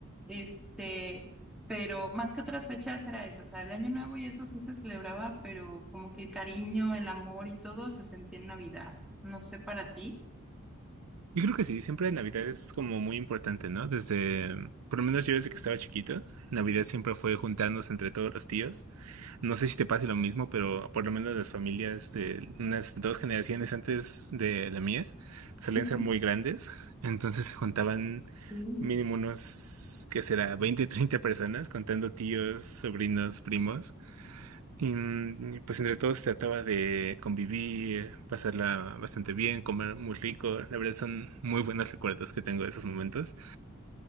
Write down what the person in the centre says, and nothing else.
Este, pero más que otras fechas era eso, o sea, el Año Nuevo y eso sí se celebraba, pero como que el cariño, el amor y todo se sentía en Navidad. No sé para ti.
Ujú.
Sí.